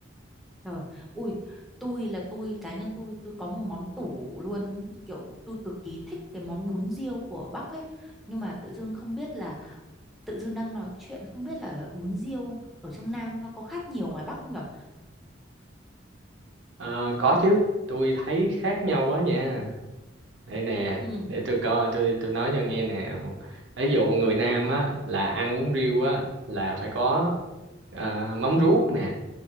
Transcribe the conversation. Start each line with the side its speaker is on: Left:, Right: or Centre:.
Centre: trời ui tôi là tôi cá nhân tôi tôi có một món tủ luôn kiểu tôi cực kỳ thích cái món bún riêu của Bắc ấy nhưng mà tự dưng không biết là tự dưng đang nói chuyện không biết là bún riêu ở trong Nam nó có khác nhiều ngoài Bắc không nhở
Right: Ờ, có chứ tôi thấy khác nhau quá nha đây nè
Centre: ừ
Right: để tôi coi tôi tôi nói cho nghe nè Một- ví dụ người Nam á là ăn bún riêu á là phải có ờ, mắm ruốc nè